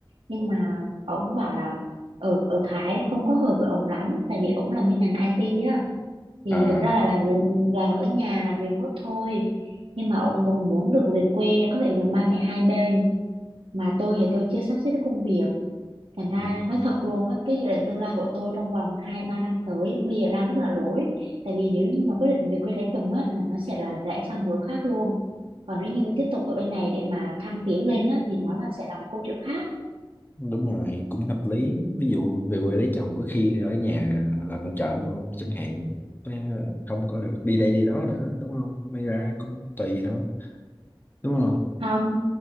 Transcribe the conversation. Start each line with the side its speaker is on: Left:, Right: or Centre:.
Right: nhưng mà ổng bảo là ở ở Thái không có hợp với ổng lắm tại vì ổng làm bên ngành IT á thì
Left: À,
Right: thực ra là làm re- làm ở nhà làm remote thôi nhưng mà ổng vẫn muốn được về quê để có thể gần ba mẹ hai bên mà tôi thì tôi chưa sắp xếp được công việc Thành ra
Left: ừ.
Right: nói thật luôn á, cái dự định tương lai của tôi trong vòng hai ba năm tới bây giờ đang rất là rối. Tại vì nếu như mà quyết định về quê lấy chồng á, là nó sẽ là rẽ sang hướng khác luôn. Còn nếu như mà tiếp tục ở bên này để mà thăng tiến lên á, thì nó là sẽ làm câu chuyện khác.
Left: đúng rồi cũng hợp lý ví dụ về quê lấy chồng có khi ở nhà làm nội trợ luôn chẳng hạn Thế không có được đi đây đi đó nữa đúng không may ra cũng tùy thôi đúng không
Right: Không,